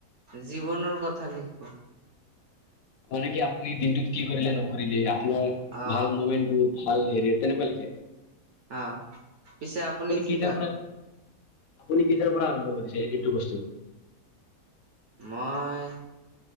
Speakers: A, on the right (about 65°); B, on the left (about 70°).
A: জীৱনৰ কথা লিখোঁ।
B: মানে কি আপুনি দিনটোত কি কৰিলে নকৰিলে আপোনাৰ
A: অ
B: ভাল মোমেন্ট বোৰ ভাল হেৰি তেনেকুৱা লিখে।
A: অহ পিছে আপুনি কি
B: কেইটাৰ
A: কৰে।
B: পৰা আপুনি কেতিয়াৰ পৰা আৰম্ভ কৰিছে এইটো বস্তু।
A: মই